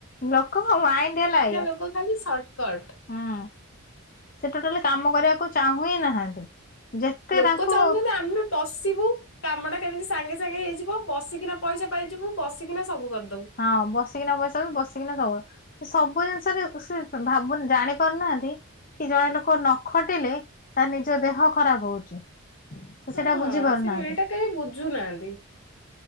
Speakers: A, on the left; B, on the left.
A: ଲୋକଙ୍କ ମାଇଣ୍ଡୀ ହେଲା ଏଇଆ
B: ଲୋକ ଖାଲି ସର୍ଟକଟ।
A: ହୁଁ। ସେ ଟୋଟାଲି କାମ କରିବାକୁ ଚାହୁ ହିଁ ନାହାନ୍ତି। ଯେତେ
B: ଲୋକ
A: ତାଙ୍କୁ
B: ଚାହୁଁଛନ୍ତି ଆମେ ବସିବୁ କାମଟା କେମିତି। ସାଙ୍ଗେ ସାଙ୍ଗେ ହେଇଯିବ ବସିକିନା ପଇସା ପାଇଯିବୁ ବସିକିନା ସବୁ କରିିଦବୁ।
A: ହଁ ବସିକିନା ପଇସା ପଇସା ପାଇବୁ ବସିକିନା ସବୁ। ସବୁ ଜିନିଷରେ ସେ ଭାବୁନି ଜାଣି ପାରୁନାହାନ୍ତି। କି ଜଣେ ଲୋକ ନ ଖଟିଲେ ତାର ନିଜ ଦେହ ଖରାପ ହଉଛି। ସେ
B: ହଁ
A: ସେଟା ବୁଝିପାରୁ
B: ସେ
A: ନାହାନ୍ତି।
B: ଏଇଟା କେହି ବୁଝୁନାହାନ୍ତି